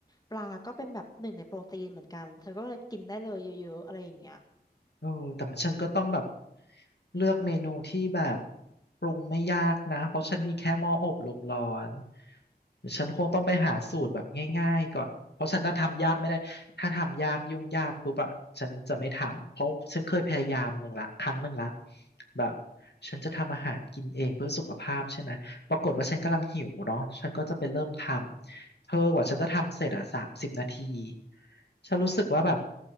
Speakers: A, on the left; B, on the left.
A: ปลาก็เป็นแบบหนึ่งในโปรตีนเหมือนกันเธอก็เลยกินได้เลยเยอะๆอะไรอย่างเงี้ย
B: เออแต่ฉันก็ต้องแบบเลือกเมนูที่แบบปรุงไม่ยากนะเพราะฉันมีแค่หม้ออบลมร้อนเดี๋ยวฉันคงต้องไปหาสูตรแบบง่ายๆก่อนเพราะฉันน่าทำยากไม่ได้ถ้าทำยากยุ่งยากปุ๊บอะฉันจะไม่ทำเพราะฉันเคยพยายามหนึ่งละครั้งหนึ่งละแบบฉันจะทำอาหารกินเองเพื่อสุขภาพใช่ไหมปรากฏว่าฉันกำลังหิวเนาะฉันก็จะไปเริ่มทำ เธอกว่าฉันจะทำเสร็จอ่ะสามสิบนาที ฉันรู้สึกว่าแบบ